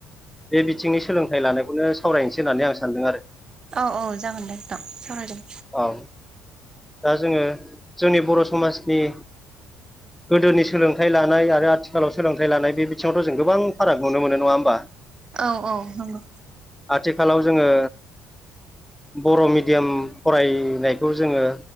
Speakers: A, in the centre; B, on the right.
A: बे बिथिंनि सोलोंथाइ लानायखौनो सावरायनोसै होननानै आं सानदों आरो
B: औ औ जागोन नोंथां सावरायदों
A: औ दा जोङो जोंनि बर' समाजनि गोदोनि सोलोंथाइ लानाय आरो आथिखालाव सोलोंथाइ लानाय बे बिथिङावथ' जों गोबां फाराग नुनो मोनो नङा होमबा
B: औ औ नंगो
A: आथिखालाव जोङो बर' मिडियाम फरायनायखौ जोङो